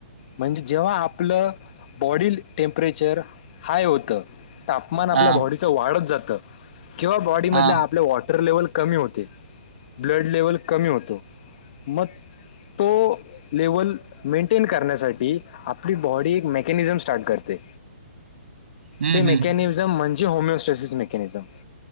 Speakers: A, on the left; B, on the right.
A: म्हणजे जेव्हा आपलं बॉडी टेमपरेचर हाय होतं. तापमान आपल्या
B: हा
A: बॉडीचं वाढत जात किंवा बॉडी मधल्या
B: हा
A: आपल्या वॉटर लेव्हल. कमी होते ब्लड लेवल कमी होतो मग. तो लेवल मेंटेन करण्यासाठी आपली बॉडी एक मेकॅनिझम स्टार्ट करते.
B: हम्म
A: ते मेकॅनिझम
B: हम्म
A: म्हणजे होमिओस्टॅसिस मेकॅनिझम.